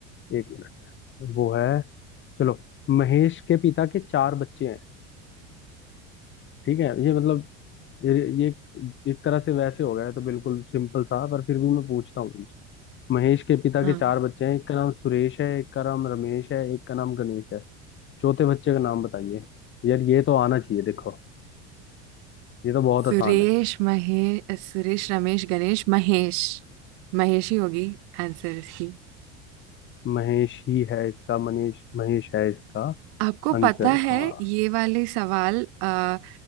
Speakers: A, on the left; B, on the right.
A: एक मिनट वो है चलो महेश के पिता के चार बच्चे हैं ठीक है ये मतलब ये ये एक एक तरह से वैसे हो गया है तो बिल्कुल सिंपल सा पर फिर भी मैं पूछता हूँ तुमसे महेश के पिता
B: हाँ
A: के चार बच्चे हैं एक का नाम सुरेश है एक का नाम रमेश है एक का नाम गणेश है चौथे बच्चे का नाम बताइए यार ये तो आना चाहिए देखो ये तो बहुत
B: सुरेश
A: आसान है
B: महेश सुरेश रमेश गणेश महेश महेश ही होगी आंसर इसकी
A: महेश ही है इसका मनीष महेश है इसका
B: आपको
A: आंसर
B: पता है
A: हाँ
B: ये वाले सवाल आ,